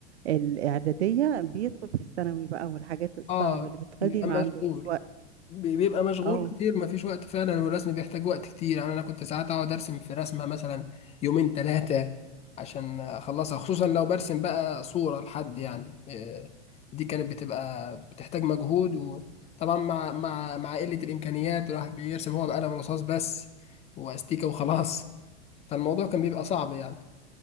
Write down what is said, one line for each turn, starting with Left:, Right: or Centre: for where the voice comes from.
Right: الإعدادية بيدخل في الثانوي بقى والحاجات الصعبة
Left: اه
Right: اللي بتخلي
Left: بيبقى
Right: ما
Left: مشغول
Right: عندهوش وقت
Left: بي- بيبقى مشغول
Right: اه
Left: كتير مفيش وقت فعلا والرسم بيحتاج وقت كتير يعني انا كنت ساعات اقعد ارسم في رسمه مثلا يومين ثلاثه عشان اخلصها خصوصا لو برسم بقى صوره لحد يعني إيه، دي كانت بتبقى بتحتاج مجهود وطبعا مع مع مع قله الامكانيات الواحد بيرسم هو بقلم رصاص بس واستيكه وخلاص فالموضوع كان بيبقى صعب يعني